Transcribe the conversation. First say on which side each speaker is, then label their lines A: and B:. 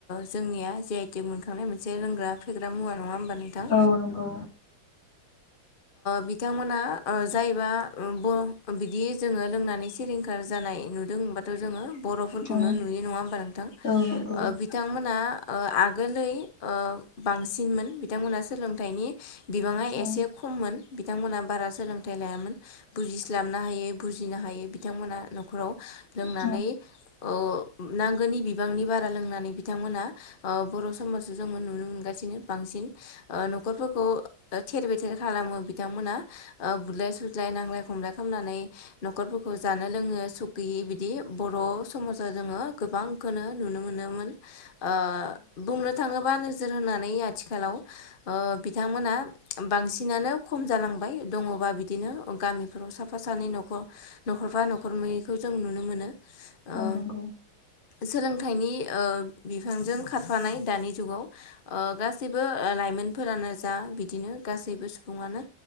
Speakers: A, on the left (about 65°); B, on the left (about 45°).
A: जोंनिया जि आइ टेक मोनखांनाय मोनसे लोंग्रा फेग्रा मुवा नङा होमबा नोंथां
B: औ नंगौ।
A: बिथांमोना जायबा बर' बिदि जोङो लोंनानै सिलिंखार जानाय नुदों होनबाथ' जोङो बर'फोरखौनो
B: औ
A: नुयो नङा होमबा
B: औ नंगौ। औ नंगौ।
A: बिथांमोना आगोलै बांसिनमोन बिथांमोनहा सोलोंथाइनि बिबाङा
B: औ
A: एसे खममोन बिथांमोनहा बारा सोलोंथाइ लायामोन बुजिस्लाबनो हायै बुजिनो हायै बिथांमोना न'खराव लोंनानै
B: औ
A: ओ नांगोनि बिबांनि बारा लोंनानै बिथांमोनहा बर' समाजाव जोङो नुनो मोन गासिनो बांसिन न'खरफोरखौ थेर बेथेर खालामो बिथांमोना ओ बुलाय सोलाय नांलाय खमलाय खालामनानै न'खरफोरखौ जानो लोंनो सुखगैयि बिदि बर' समाजा जोङो गोबां खौनो नुनो मोनोमोन। ओ बुंनो थाङोबा नो नोजोर होनानै आथिखालाव ओ बिथांमोना बांसिनानो खम जालांबाय दङबा बिदिनो गामि साफा सानै न'खर न'खरफा न'खरनैखौ जों नुनो मोनो। ओ
B: औ नोंगौ
A: सोलोंथाइनि ओ बिफांजों खारफानाय दानि जुगाव ओ गासिबो लाइमोन सुबुंफोरानो जा बिदिनो गासैबो सुबुंआनो